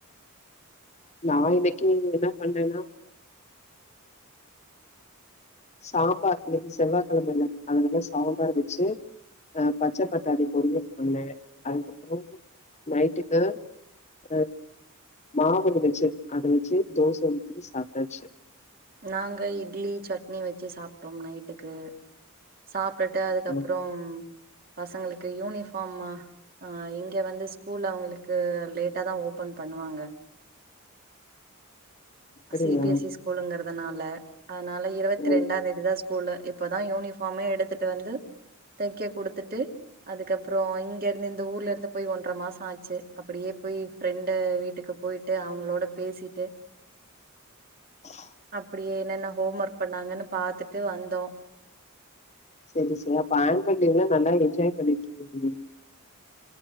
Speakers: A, on the left; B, on the right.
A: நா இன்னைக்கு என்ன பண்றேனா சாம்பார் இன்னக்கி செவ்வா கெழமல்ல அதனால சாம்பார் வச்சு அ பச்சை பட்டாணி பொரியல் பண்ணே அதுக்கப்புறோ நைட்டுக்கு அ மாவு வச்சு அத வச்சு தோச ஊத்தி சாப்டாச்சு
B: நாங்க இட்லி சட்னி வச்சு சாப்டோம் நைட்டுக்கு சாப் பெட்டு அதுக்கப்றம்
A: ம்.
B: பசங்களுக்கு யூனிஃபார்ம ஆ இங்க வந்து ஸ்கூல்ல அவுங்களுக்கு லேட்டாாதா ஓபன் பண்ணுவாங்க
A: அப்படியா?
B: சி பி எஸ் இ ஸ்கூலுங்குற அதனால அதுனால இருவத்தி
A: ஓ!
B: ரெண்டாந்தேதி தா ஸ் கூலு இப்பதா யூனிஃபார்மே எடுத்துட்டு வந்து தைக்க குடுத்துட்டு அதுக்கப்றோ இங்கெருந்து இந்த ஊர்ல இருந்து போய் ஒன்ற மாச ஆச்சு அப்புடியே போய் ஃப்ரெண்டு வீட்டுக்கு போயிட்டு அவுங்களோட பேசிட்டு
A: <inaudible>
B: அப்புடியே என்னென்ன ஹோம் ஒர்க் பண்ணாங்கன்னு பாத்துட்டு வந்தோ
A: சரி சரி அப்ப ஆன்னுவல் லீவ் நல்லா என்ஜாய் பண்ணிட்டு இருக்க <unintelligible>